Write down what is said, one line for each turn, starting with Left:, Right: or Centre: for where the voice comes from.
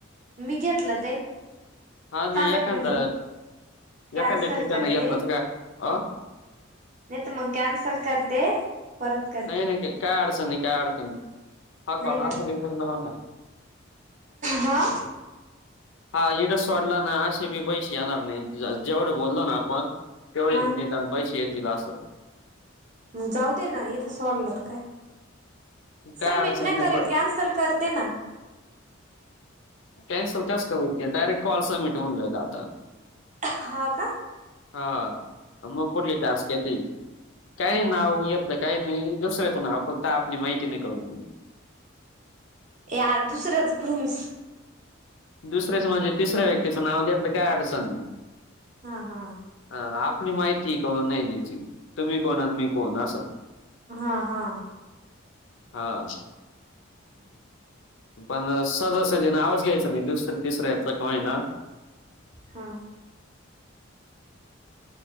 Right: मी घेतलं ते
Left: हा नाही
Right: थांब
Left: एखांदा
Right: एक मिनिट मी कॅन्सल
Left: एखांद्या ठिकाणी
Right: करते
Left: नाही येत ना तु का अ
Right: नाही तर मग कॅन्सल करते परत करते
Left: नाही नाही काय अडचण नाही काय अडचण नाही
Right: नाही
Left: हा कॉल
Right: ना
Left: असा पण पूर्ण होणार आहे.
Right: हा.
Left: हा इडस वाढला ना असे बी पैसे येणार नाहीत जेवढं बोललो ना आपण तेवढे
Right: हा
Left: निदान पैसे येतील असं
Right: मग जाऊ दे ना इथे सोडल तर काय
Left: काय
Right: सबमिट
Left: अडचण
Right: नाही करल
Left: पण
Right: कॅन्सल कर ते ना
Left: कॅन्सल कसं काय होईल ते डायरेक्ट कॉल सबमिट होऊन जाईल आता
Right: हा का
Left: हा म पुुढली टास्क येतील काय
Right: ह
Left: नाही नाव
Right: ह
Left: एक काही नाही दुसर्याचं नाव फक्त आपली माहिती नाही करून
Right: ए यार दुसरंच कु म
Left: दुसर्याचं म्हणजे तिसऱ्या व्यक्तींचं नाव घेतलं काय अडचण नाही
Right: हा हा
Left: हा आपली माहिती करून नाही द्यायची तुम्ही कोण आणि मी कोण असं
Right: हा हा
Left: हा
Right: <unintelligible>
Left: पण सहजासहजी नावच घ्यायचा नाही दुसऱ्या तिसऱ्याचा का होईना
Right: हा